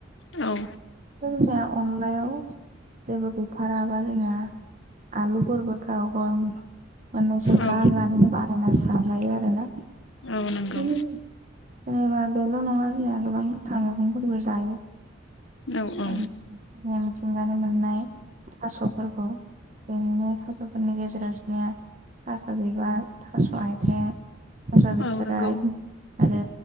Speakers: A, on the left; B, on the right.
A: औ
B: ओ जोंना अनलायाव जेबो गैथाराबा जोंना आलुफोरबो गाव गामि मोननैसो
A: औ
B: गारनानै बाजाना सारजायो आरो ना। बिदिनो
A: औ नंगौ
B: जेनेबा बेल' नङा जोंनिया गोबां गोथां मैगंफोरबो जायो।
A: औ औ
B: <unintelligible> ओंगार मोननाय थास'फोरखौ बेनिनो थास'फोरनि गेजेराव निया थास' बिबार थास'आयथें। थास' बिथराइ
A: औ नंगौ
B: आरो